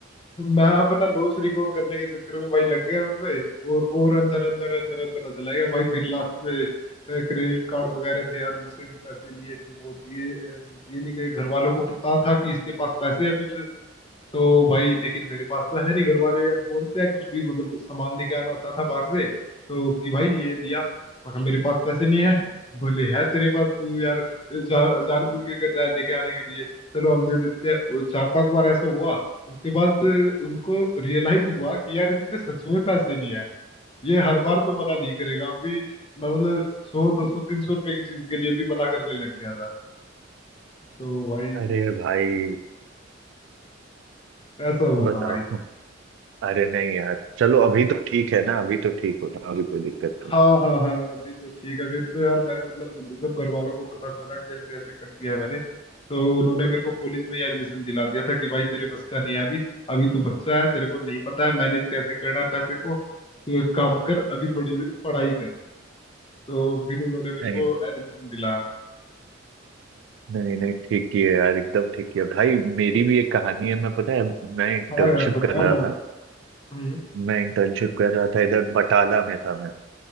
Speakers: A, on the left; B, on the right.
A: मैं अपना लॉस रिकवर करने के चक्कर में भाई लग गया उसमें और और अंदर अंदर अंदर अंदर चला गया भाई फिर लास्ट में क्रेडिट कार्ड वगैरह थे यार उनसे भी पैसे लिए फिर वो दिए अ, दिए नहीं गए घर वालों को पता था कि इसके पास पैसे है कुछ तो भाई लेकिन मेरे पास तो है नहीं घर वाले अब बोलते हैं कुछ भी मतलब सामान लेके आना होता था बाहर से तो कि भाई ये लिया मैं कहा, मेरे पास पैसे नहीं है बोले है तेरे पास तू यार जा, जानबूझ के कर रहा है लेके आने के लिए चलो हम दे देते हैं वो चार पांच बार ऐसा हुआ उसके बाद उनको रियलाइज हुआ कि यार इसमें सच में पैसे नहीं है ये हर बार तो मना नहीं करेगा अभी मैं मतलब सौ दो सौ तीन सौ रुपए की चीज के लिए भी मना करने लग गया था तो भाई
B: अरे भाई
A: ऐसा हुआ
B: बताओ
A: था भाई
B: अरे नहीं यार चलो अभी तो ठीक है ना अभी तो ठीक हो रहा अभी कोई दिक्कत नहीं
A: हाँ हाँ हाँ अभी तो ठीक है फिर तो यार मैंने मतलब जब घर वालों को पता चला कि ऐसे ऐसे कर दिया है मैंने तो उन्होंने मेरे को कॉलेज में ही एडमिशन दिला दिया था कि भाई तेरे बस का नहीं है अभी अभी तू बच्चा है तेरे को नहीं पता है मैनेज कैसे करना है पैसे को तो एक काम कर अभी थोड़ी देर पढ़ाई कर तो फिर उन्होंने मेरे
B: नहीं
A: को एडमिशन दिलाया
B: नहीं नहीं ठीक ही है यार एकदम ठीक ही है भाई मेरी भी एक कहानी है मैं पता है मैं इंटर्नशिप
A: हाँ यार बताओ
B: कर रहा
A: ना
B: था
A: हम्म
B: मैं इंटर्नशिप कर रहा था इधर बटाला में था मैं अ,